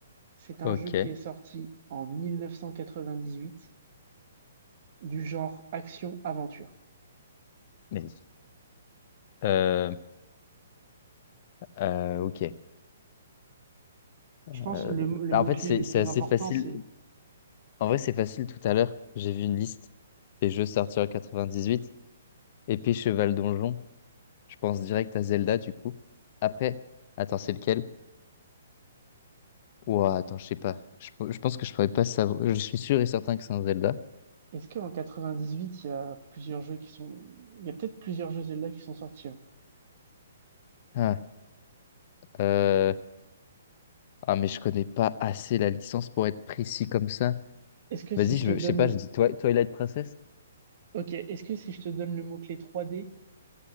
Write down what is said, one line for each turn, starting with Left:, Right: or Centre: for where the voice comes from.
Right: C'est un
Left: ok.
Right: jeu qui est sorti en 1998 du genre action-aventure.
Left: Mais, euh, euh, ok. Euh,
Right: Je pense que le, le
Left: bah,
Right: mot-clé
Left: en fait, c'est
Right: le
Left: c'est
Right: plus
Left: assez
Right: important,
Left: facile.
Right: c'est
Left: En vrai, c'est facile tout à l'heure. J'ai vu une liste des jeux sortis en 98. Épée, cheval, donjon. Je pense direct à Zelda, du coup. Après, attends, c'est lequel? Ouah, attends, je sais pas. Je, p- je pense que je pourrais pas savoir. Je suis sûr et certain que c'est un Zelda.
Right: est-ce qu'en 98, il y a plusieurs jeux qui sont... Il y a peut-être plusieurs jeux Zelda qui sont sortis. hein.
Left: Ah, euh... ah, mais je connais pas assez la licence pour être précis comme ça.
Right: Est-ce que si
Left: Vas-y,
Right: je
Left: je,
Right: te donne...
Left: je sais pas, je dis Twi- Twilight Princess.
Right: Ok, est-ce que si je te donne le mot-clé 3D,